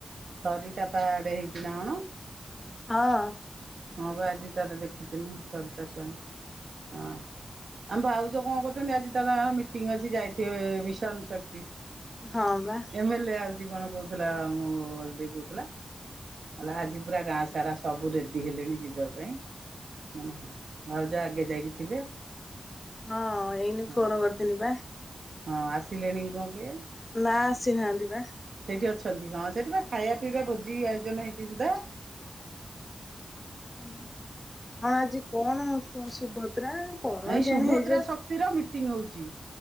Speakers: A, on the right; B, on the left.
A: ସରିତାପା ଆଡେ ହେଇଚି ନା କଣ?
B: ହଁ।
A: ହଁ ବା ଆଜି ତାର ଦେଖୁଥିନି ସରିତା ସ୍ୱାଇଁ ହଁ। ଆମ ଭାଉଜ କଣ କରୁଚନ୍ତି ଆଜି ତ ତାଙ୍କର ମିଟିଂ ଅଛି ଯାଇଥିବେ ମିଶନ୍ ଶକ୍ତି।
B: ହଁ ପା।
A: ଏମ ଏଲ ଏ ଆଉଚି କଣ କହୁଥିଲା ମୋ <unintelligible> କହୁଥିଲା। କହିଲା ଆଜି ପୁରା ଗାଁ ସାରା ସବୁ ରେ ଡି ହେଲେଣି ଯିବା ପାଇଁ। ମୁଁ ନି ହଁ ଭାଉଜ ଆଗେ ଯାଇକି ଥିବେ।
B: ହଁ ଏଇନେ
A: ହଁ
B: ଫୋନ କରିଥିନି ପା।
A: ହଁ ଆସିଲେଣି କି କଣ କେଇଆଣି?
B: ନା ଆସିନାହାନ୍ତି ପା।
A: ସେଇଠି ଅଛନ୍ତି ହଁ ସେଇଠି ବା ଖାଇବା ପିଇବା ଭୋଜି ଆୟୋଜନ ହେଇଚି ସୁଦ୍ଧା।
B: ହୁଁ କଣ ଆଜି କଣ ସୁଭଦ୍ରା କଣ
A: ଏ
B: କେଜାଣି
A: ସୁଭଦ୍ରା
B: ହେଇଛି
A: ଶକ୍ତିର ମିଟିଂ ହଉଚି